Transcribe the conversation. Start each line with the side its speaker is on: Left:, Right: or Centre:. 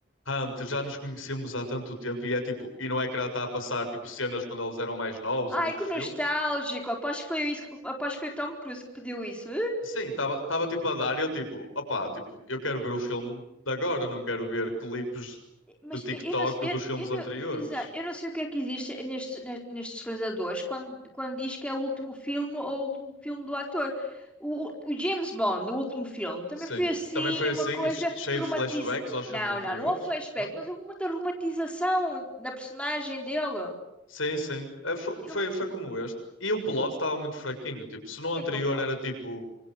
Left: Hunter, já nos conhecemos há tanto tempo e é tipo, e não é que era tá a passar tipo cenas quando eles eram mais novos
Centre: Ai,
Left: e de outros
Centre: que
Left: filmes?
Centre: nostálgico. Aposto que foi isso, aposto que foi o Tom Cruise que pediu isso.
Left: Sim, estava estava tipo a dar e eu tipo, opá, tipo, eu quero ver o filme de agora, não quero ver clipes
Centre: Mas
Left: de TikTok
Centre: eu eu não, sei-
Left: dos
Centre: eu,
Left: filmes
Centre: eu
Left: anteriores.
Centre: não, exato, eu não sei o que é que existe nestes, ne- nestes realizadores quando, quando diz que é o último filme ou o último filme do ator. O, o James Bond, o último filme, também
Left: Sim.
Centre: foi assim,
Left: Também foi assim,
Centre: uma coisa
Left: che- cheio
Centre: romantiza.
Left: de flashbacks aos filmes
Centre: Não,
Left: anteriores,
Centre: não, não houve flashback,
Left: não?
Centre: mas houve muita romantização da personagem dele.
Left: Sim, sim. Eh, fo-
Centre: Eu,
Left: Foi,
Centre: o
Left: foi, como este. E o plot estava muito fraquinho. Tipo, se no
Centre: que
Left: anterior
Centre: é que é o plot?
Left: era tipo.